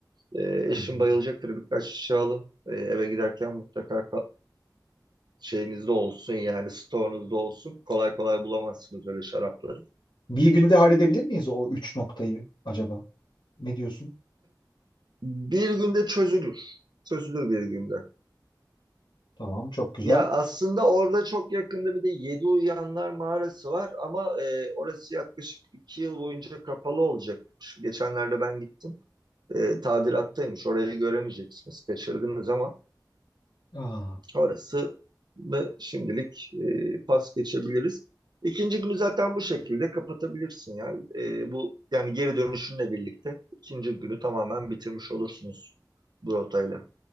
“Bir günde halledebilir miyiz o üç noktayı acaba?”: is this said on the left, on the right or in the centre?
Left